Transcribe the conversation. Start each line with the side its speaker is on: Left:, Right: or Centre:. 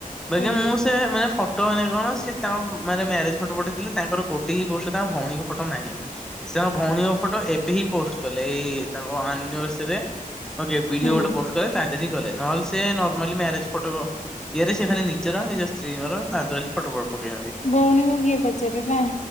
Centre: ବାକି
Left: ହୁଁ
Centre: ମୁଁ ସେ ମାନେ ଫଟ ଫଟୋ ମାନେ କଣ, ସିଏ ତାଙ୍କ ମାନେ ମ୍ୟାରେଜ ଫଟୋ ପଠେଇଥିଲେ ତାଙ୍କର ଗୋଟେ ହି ପୋଷ୍ଟରେ ତାଙ୍କ ଭଉଣୀଙ୍କ ଫଟୋ ନାହିଁ। ସେ ତାଙ୍କ ଭଉଣୀଙ୍କ ଫଟୋ ଏବେ ହିଁ ପୋଷ୍ଟ କଲେ, ଏଇ ତାଙ୍କ ଆନିଭର୍ଶାରିରେ ଆଉ ଯେ ବିଡିଓ
Left: ହୁଁ।
Centre: ଗୋଟେ ପୋଷ୍ଟ କଲେ ତାରି ଠିକ୍ କଲେ। ନହେଲେ ସିଏ ନର୍ମାଲି ମ୍ୟାରେଜ୍ ଫଟୋ ଇଏରେ ସିଏ ଖାଲି ନିଜର ଆଉ ନିଜ ସ୍ତ୍ରୀଙ୍କର ତାଦେହରେ ଖାଲି ଫଟୋ ଫଟୋ ପକେଇଥାନ୍ତି।
Left: ଭଉଣୀକୁ କିଏ ପଚାରେ ନା